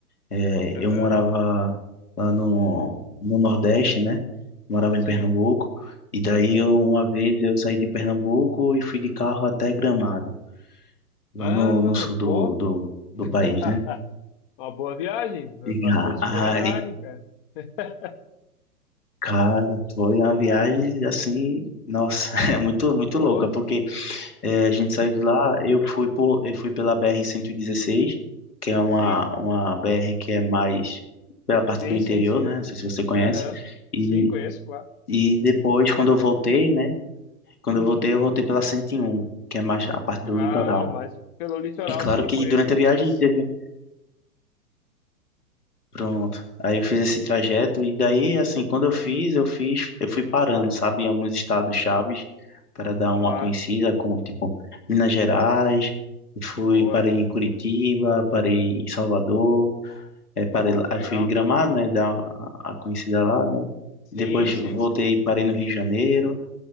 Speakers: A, on the left; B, on the left.
A: eh,
B: aham,
A: eu morava lá no, no Nordeste, né? Morava
B: sim.
A: em Pernambuco. E daí, eu, uma vez, eu saí de Pernambuco e fui de carro até Gramado, lá
B: Ah,
A: no, no sul do,
B: pô,
A: do, do
B: <laughs>
A: país, né?
B: uma boa viagem,
A: E, <laughs>
B: bastante
A: ah,
B: quilometragem,
A: ai,
B: cara. <laughs>
A: cara, foi uma viagem assim, nossa, <laughs> é muito, muito
B: Pô,
A: louca, porque. É, a gente saiu de lá, eu fui por, eu fui pela br dezesseis que é uma,
B: sim,
A: uma BR que é mais pela parte
B: sim,
A: do interior,
B: sim, sim,
A: né? Não sei se você conhece.
B: aham,
A: E,
B: Sim, conheço, claro.
A: e depois, quando eu voltei, né? Quando
B: Uhum.
A: eu voltei, eu voltei pela 101 que é mais a parte
B: Ah,
A: do litoral.
B: mas pelo litoral,
A: E claro
B: sim,
A: que
B: conheço
A: durante
B: as
A: a viagem
B: duas.
A: teve Pronto. Aí eu fiz esse trajeto e daí, assim, quando eu fiz, eu fiz, eu fui parando, sabe, em alguns estados
B: Uhum,
A: chaves para dar
B: claro,
A: uma conhecida, como tipo Minas Gerais, e fui
B: boa.
A: parei em Curitiba, parei em Salvador, é, parei,
B: Pô,
A: lá-
B: que
A: aí
B: legal,
A: fui em Gramado,
B: cara.
A: né, dar a, a conhecida lá, né.
B: Sim,
A: Depois
B: sim,
A: voltei,
B: sim.
A: e parei no Rio de Janeiro,